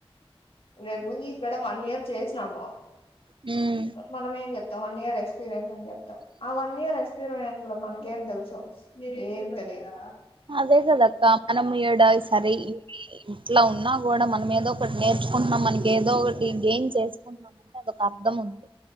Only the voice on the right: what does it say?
హ్మ్
అసేసేదక్క మనమీడా ఈ సరే ఇట్టా ఉన్నా గూడా మనం ఏదో ఒకటి నేర్చుకుంటున్నా మనకెదో ఒకటి గేమ్స్ ఎసుకుంటున్నామంటే అదొక అర్థం ఉ ది